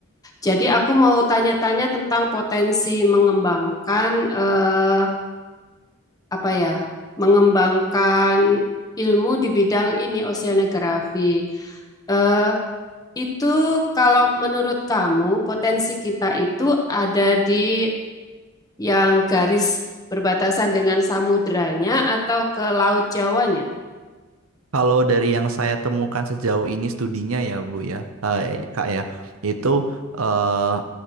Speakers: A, on the left; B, on the right.
A: jadi aku mau tanya-tanya tentang potensi mengembangkan eh, apa ya? Mengembangkan ilmu di bidang ini oceanografi. Eh, itu kalau menurut kamu potensi kita itu ada di yang garis berbatasan dengan samudranya atau ke Laut Jawanya?
B: Kalau dari yang saya temukan sejauh ini studinya ya Bu ya, eh, Kak ya, itu eh,